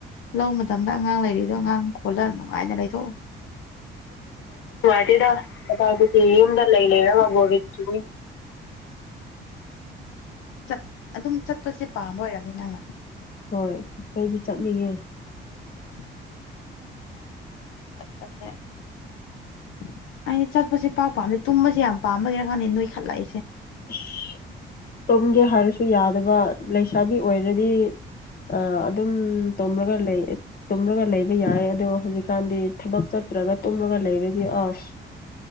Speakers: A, on the left; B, on the left.
A: ꯂꯧ ꯃꯇꯝꯗ ꯑꯉꯥꯡ ꯂꯩꯔꯤꯗꯣ ꯑꯉꯥꯡ ꯀꯣꯜꯂ ꯅꯨꯡꯉꯥꯏꯅ ꯂꯩꯊꯣꯛꯎ ꯅꯨꯡꯉꯥꯏꯇꯦꯗꯥ ꯀꯗꯥꯏꯗꯒꯤ ꯌꯨꯝꯗ ꯂꯩ ꯂꯩꯔꯒ ꯕꯣꯔꯤꯡ ꯆꯨꯏ ꯆꯠ ꯑꯗꯨꯝ ꯆꯠꯄꯁꯦ ꯄꯥꯝꯕ ꯑꯣꯏꯔꯝꯅꯤ ꯅꯪꯅ
B: ꯍꯣꯏ ꯑꯩꯗꯤ ꯆꯠꯅꯤꯡꯉꯦ
A: <inaudible> <inaudible> <unintelligible> ꯑꯩ ꯆꯠꯄꯁꯦ ꯏꯄꯥꯝ ꯄꯥꯝꯗꯦ ꯇꯨꯝꯕꯁꯦ ꯌꯥꯝ ꯄꯥꯝꯕꯒꯤꯔ ꯈꯡꯗꯦ ꯅꯣꯏꯈꯠꯂꯛꯏꯁꯦ
B: ꯑꯁ ꯇꯨꯝꯒꯦ ꯍꯥꯏꯔꯁꯨ ꯌꯥꯗꯕ ꯂꯩꯁꯥꯕꯤ ꯑꯣꯏꯔꯗꯤ ꯑ ꯑꯗꯨꯝ ꯇꯨꯝꯔꯒ ꯂꯩ ꯇꯨꯝꯂꯒ ꯂꯩꯕ ꯌꯥꯏ ꯑꯗꯣ ꯍꯧꯖꯤꯛꯀꯥꯟꯗꯤ ꯊꯕꯛ ꯆꯠꯇ꯭ꯔꯒ ꯇꯨꯝꯂꯒ ꯂꯩꯔꯗꯤ ꯑꯁ